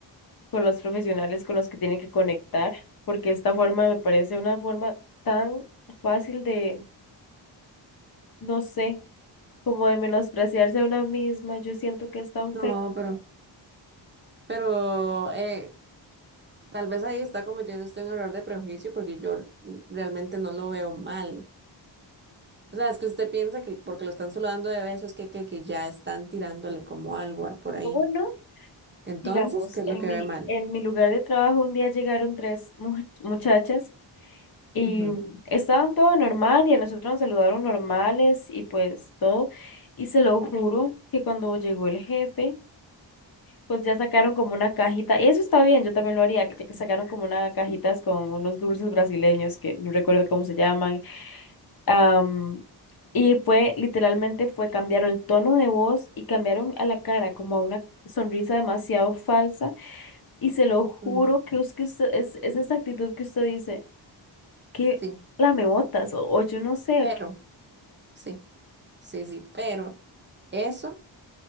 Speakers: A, on the left; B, on the right.
A: con los profesionales con los que tiene que conectar, porque esta forma me parece una forma tan fácil de, no sé, como de menospreciarse a una misma. Yo siento que es tan
B: No,
A: feo.
B: pero, pero eh, tal vez ahí está cometiendo usted un error de prejuicio porque yo realmente no lo veo mal. O sea, es que usted piensa que porque lo están saludando de besos que, que, que ya están tirándole como algo a- por ahí.
A: ¿Cómo no?
B: Entonces,
A: Digamos,
B: ¿qué es
A: en
B: lo que
A: mi,
B: ve mal?
A: en mi lugar de trabajo un día llegaron tres muj- muchachas y
B: Ujú,
A: estaban todo normal y a nosotros nos saludaron normales y pues todo. Y se lo juro que cuando llegó el jefe, pues ya sacaron como una cajita. Y eso está bien, yo también lo haría, que que sacaron como una cajitas con unos dulces brasileños que no recuerdo cómo se llaman. am, y fue, literalmente fue, cambiaron el tono de voz y cambiaron a la cara como a una sonrisa demasiado falsa y se lo juro
B: mm,
A: que es que usted, es, es esa actitud que usted dice, que
B: sí,
A: la me botas, o, o yo no sé,
B: pero,
A: que-
B: sí, sí, sí, pero eso.